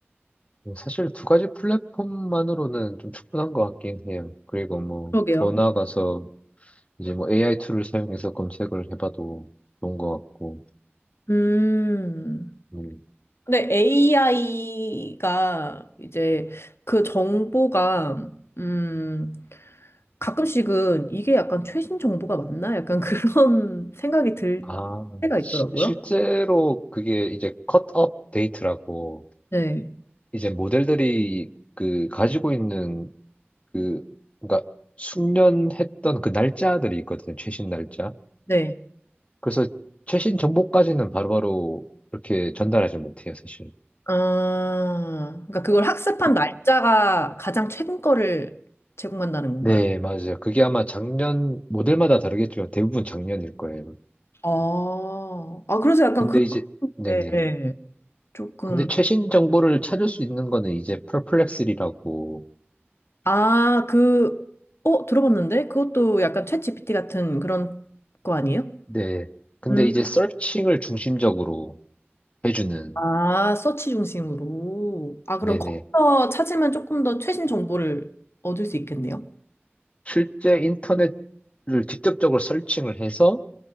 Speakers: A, on the left (about 30°); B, on the left (about 70°).
A: 뭐 사실 두 가지 플랫폼만으로는 좀 충분한 것 같긴 해요. 그리고 뭐
B: 그러게요.
A: 더 나아가서 이제 뭐 AI 툴을 사용해서 검색을 해봐도 좋은 것 같고.
B: 음.
A: 음.
B: 근데 AI가 이제 그 정보가 음 가끔씩은 이게 약간 최신 정보가 맞나? 약간 그런 <laughs> 생각이 들
A: 아,
B: 때가
A: 시-
B: 있더라고요.
A: 실제로 그게 이제 컷업 데이트라고
B: 네.
A: 이제 모델들이 그 가지고 있는 그 그러니까 숙련했던 그 날짜들이 있거든요. 최신 날짜.
B: 네.
A: 그래서 최신 정보까지는 바로바로 그렇게 전달하지 못해요, 사실.
B: 아, 그러니까 그걸 학습한
A: 그,
B: 날짜가 가장 최근 거를 제공한다는 건가요?
A: 네, 맞아요. 그게 아마 작년 모델마다 다르겠지만 대부분 작년일 거예요.
B: 아, 아 그래서 약간
A: 근데 이제
B: 그렇게
A: 네네.
B: 예, 조금
A: 근데 최신 정보를 찾을 수 있는 거는 이제 퍼플렉스리라고
B: 아, 그 어, 들어봤는데 그것도 약간 챗GPT 같은 그런 거 아니에요?
A: 네. 근데
B: 음.
A: 이제 서칭을 중심적으로 해주는,
B: 아, 서치 중심으로. 아, 그럼
A: 네네.
B: 거기서 찾으면 조금 더 최신 정보를 얻을 수 있겠네요.
A: 실제 인터넷을 직접적으로 서칭을 해서